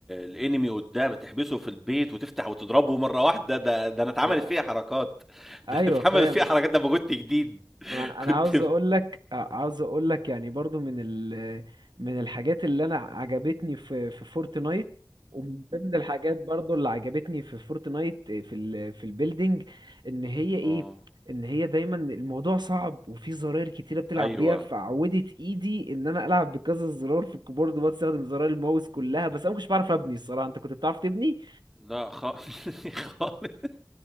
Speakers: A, in the centre; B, on the right (about 75°).
A: الانمي قدام تحبسه في البيت وتفتح وتضربه مره واحده ده ده انا اتعملت
B: اه
A: فيها حركات <laughs>
B: ايوه
A: ده انا اتعملت
B: فاهم
A: فيها حركات لما كنت جديد
B: ما
A: <laughs>
B: انا
A: كنت
B: أنا عاوز اقول لك آه، عاوز اقول لك يعني برضو من ال من الحاجات اللي انا عجبتني في في فورتنايت ومن ضمن الحاجات برضو اللي عجبتني في فورتنايت في ال في البيلدينج ان هي ايه
A: آه.
B: ان هي دايما الموضوع صعب وفي زراير كتيره بتلعب
A: أيوه.
B: بيها فعودت ايدي ان انا العب بكذا زرار في الكيبورد بستخدم زراير الماوس كلها بس انا مش بعرف ابني الصراحه انت كنت بتعرف تبني
A: لأ خ <laughs> خالص